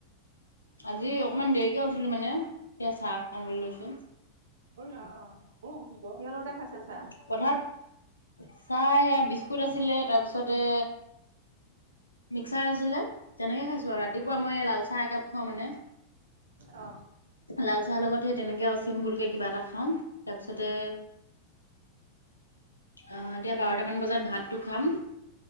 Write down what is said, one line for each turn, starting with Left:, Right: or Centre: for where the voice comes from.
Left: আজি অকমান দেৰিকে উঠিলো মানে এতিয়া চাহ খাবলৈ লৈছো।
Right: অ কিহৰ লগত হে খাইছা ছাহ।
Left: পথাৰত চাই বিস্কুট আছিলে তাৰপিছতে মিক্সাৰ আছিলে তেনেকে খাইছো আৰু ৰাতিপুৱা মই লাল চাহ একাপ খাওঁ মানে
Right: অ।
Left: লাল চাহৰ লগত সেই তেনেকৈ অ চিম্পুলকে কিবা এটা খাওঁ তাৰপিছতে অ এতিয়া বাৰটামান বজাত ভাতটো খাম।